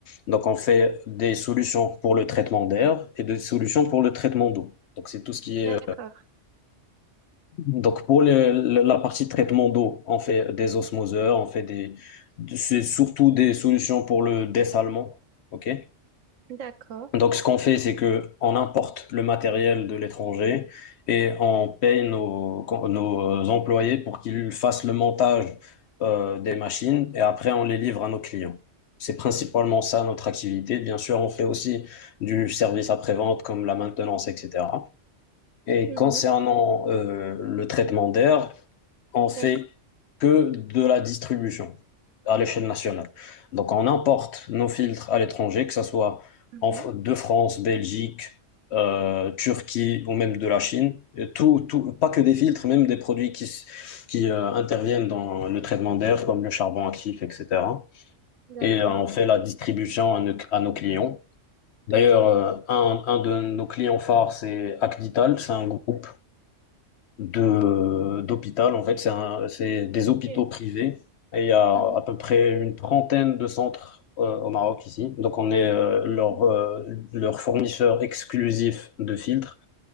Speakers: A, on the left; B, on the right.
A: Donc, on fait des solutions pour le traitement d'air et des solutions pour le traitement d'eau. Donc, c'est tout ce qui
B: d'accord,
A: est. Donc, pour le- le- la partie traitement d'eau, on fait des osmoseurs, on fait des. C'est surtout des solutions pour le dessalement. OK?
B: d'accord,
A: Donc, ce qu'on fait, c'est que on importe le matériel de l'étranger et on paye nos, nos euh, employés pour qu'ils fassent le montage euh, des machines et après on les livre à nos clients. C'est principalement ça notre activité. Bien sûr, on fait aussi du service après-vente comme la maintenance, etc. Et
B: Mhm.
A: concernant euh, le traitement d'air, on fait
B: d'accord,
A: que de la distribution à l'échelle nationale. Donc, on importe nos filtres à l'étranger, que ce soit
B: Mhm.
A: en de France, Belgique, euh, Turquie ou même de la Chine. Et Tout, tout, pas que des filtres, même des produits qui, s- qui euh, interviennent dans le traitement d'air, comme le charbon actif, etc.
B: D'accord.
A: Et euh, on fait la distribution à nos, à nos clients. D'ailleurs,
B: Ok.
A: euh, un, un de nos clients phares, c'est Acdital, c'est un groupe de d'hôpital. En fait, c'est un, c'est des
B: ok.
A: hôpitaux privés. Et il y a à
B: Mhm.
A: peu près une trentaine de centres euh, au Maroc ici. Donc, on est euh, leur,
B: Mm.
A: euh, leur fournisseur exclusif de filtres.